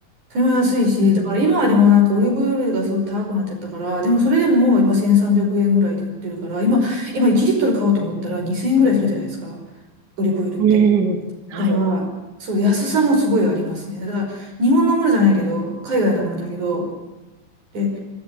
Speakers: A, on the right (about 55°); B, on the right (about 40°).
A: それも安いし、
B: うん
A: だから今はでもなんかオリーブオイルがすごい高くなっちゃったから、でもそれでも今1300円ぐらいで売ってるから、今、今1リットル買おうと思ったら2000円ぐらいするじゃないですか、オリーブオイルって。
B: うん。うん。はい。
A: だから、そう、安さもすごいありますね。だから、日本のものじゃないけど、海外のものだけど、で、